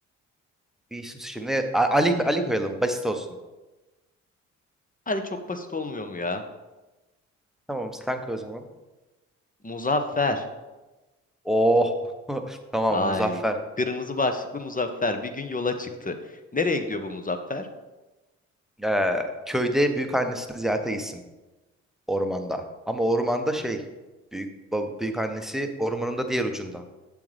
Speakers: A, in the centre; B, on the left (about 20°).
A: Bir isim şimdi A- Ali Ali koyalım. Basit olsun.
B: Hadi çok basit olmuyor mu ya?
A: Tamam sen koy o zaman.
B: Muzaffer.
A: Oh. <laughs> Tamam
B: Ay,
A: Muzaffer.
B: kırmızı başlıklı Muzaffer bir gün yola çıktı. Nereye gidiyor bu Muzaffer?
A: Ee, köyde büyük annesini ziyarete gitsin ormanda. Ama ormanda şey büyük büyük annesi ormanın da diğer ucunda.